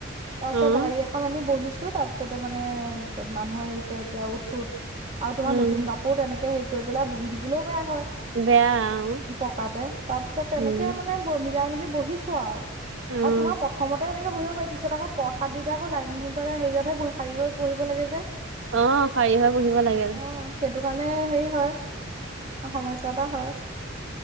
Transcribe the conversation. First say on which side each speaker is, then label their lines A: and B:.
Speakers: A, on the right; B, on the right.
A: তাৰ
B: অ',
A: পিছত হেই এখন আনি বহিছো তাৰ পিছতে মানে মানুহে আহিছে এতিয়া উঠ উঠ আৰু তোমাৰ
B: উম,
A: নতুন কাপোৰ তেনেকে সেই গৈ পেলাই বহি দিবলৈও বেয়া হয়
B: বেয়া অ,
A: পকাতে তাৰ পিছত তেনেকে
B: উম,
A: মানে বমি- মিলাই মেলি বহিছো আও
B: অ',
A: আৰু তোমাৰ প্ৰথমতে তেনেকে বহিব পাৰি পিছত আকৌ প্ৰসাদ দিওঁতে আকৌ লাইন মানে হেৰি হৈ হাৰি হৈ বহিব লাগে যে।
B: অ খায়ী হৈ বহিব লাগে আৰু।
A: অ সেইটো কাৰণে হেৰি হয় সমস্যা এটা হয়।